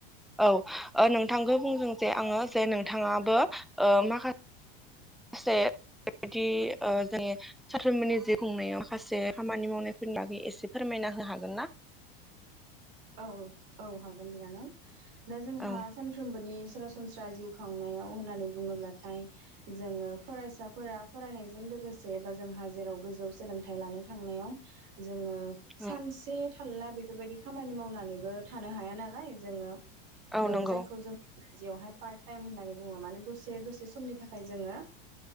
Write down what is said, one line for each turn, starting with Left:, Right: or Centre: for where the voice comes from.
Centre: औ नोंथांखौ बुंदों जे आङो जे नोंथाङाबो ओ माखासे खासे बेबायदि जोंनि सानफ्रोमबोनि जिउ खुंनायाव माखासे खामानि मावनायफोरनि बागै एसे फोरमायना हो हागोन ना?
Right: औ औ हागोन बिनानाव दा जोंहा
Centre: औ
Right: सानफ्रोमबोनि सरासनस्रा सनस्रा जिउ खांनायाव होननानै बुङोब्लाथाय जोङो फरायसाफोरा फरायनायजों लोगोसे बा जोंहा जेराव गोजौ सोलोंथाइ लानो थांनायाव जोङो- सानसे
Centre: औ
Right: थालना बेफोरबायदिख खामानि मावनानैबो थानो हाया नालाय जोङो
Centre: औ
Right: ओ
Centre: नंगौ
Right: जायखौ जों जियावहाय पार्ट टाइम होननानै बुङो माने दसे दसे समनि थाखाय जोङो